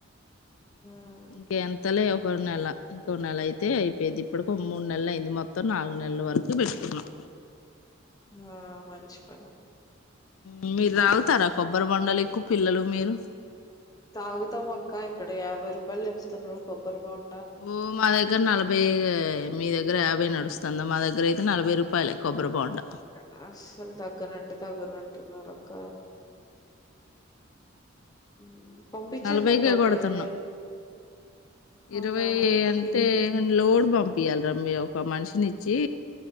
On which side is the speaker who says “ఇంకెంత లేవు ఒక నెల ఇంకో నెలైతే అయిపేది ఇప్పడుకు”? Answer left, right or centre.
Left